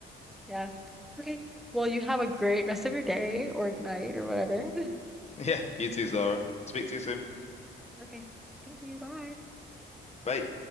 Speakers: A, in the centre; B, on the left (about 35°).
A: Yeah. Okay. Well, you have a great rest of your day or night or whatever. <laughs>
B: <laughs> Yeah, you too, Zara. Speak to you soon.
A: Okay. Thank you. Bye.
B: Bye.